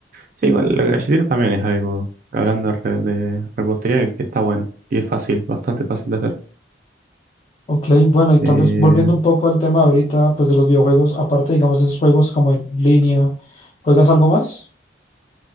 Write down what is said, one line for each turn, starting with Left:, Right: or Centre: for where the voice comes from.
Right: sí, igual las galletitas también es algo, hablando de, re- de repostería, que está bueno y es fácil, bastante fácil de hacer.
Left: Ok, bueno, y tal
Right: Eh,
Left: vez volviendo un poco al tema ahorita, pues, de los videojuegos, aparte, digamos, de esos juegos como en línea, ¿juegas algo más?